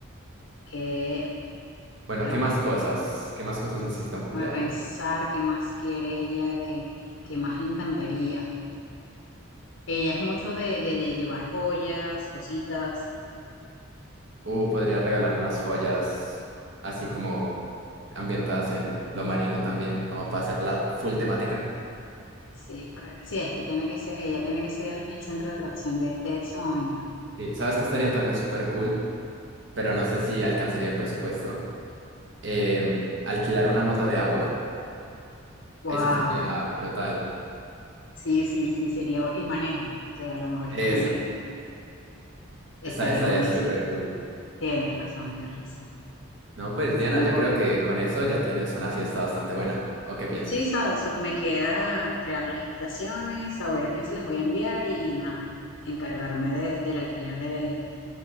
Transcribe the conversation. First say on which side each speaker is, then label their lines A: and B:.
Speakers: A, on the left (about 70°); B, on the right (about 60°).
A: que
B: Bueno,
A: te
B: ¿qué más cosas? ¿Qué más cosas necesita un cumpleaños?
A: Déjame pensar qué más quiere ella, qué, qué más le encantaría. Ella es mucho de, de, de llevar joyas, cositas.
B: Uh, podría regalarle unas joyas así como ambientadas en lo marino también, como para hacer la full temática.
A: Sí, para, sí, es que tiene que ser, ella tiene que ser el centro de atracción de, de ese momento.
B: Sí, sabes que estaría también súper cool, pero no sé si alcanzaría el presupuesto. Em, alquilar una moto de agua,
A: Wow,
B: eso sería brutal.
A: sí, sí, sí, sería, bu- y maneja, o sea, a lo mejor
B: Eso,
A: es que maneja, estaría
B: esa estaría
A: buenísimo.
B: súper cool.
A: Tienes razón, tienes razón.
B: No, pues Diana,
A: Me
B: yo
A: gu-
B: creo que con eso ya tienes una fiesta bastante buena. ¿O qué piensas?
A: Sí, sabes, so- me queda crear las invitaciones, saber a quién se las voy a enviar y nada, encargarme de, del alquiler de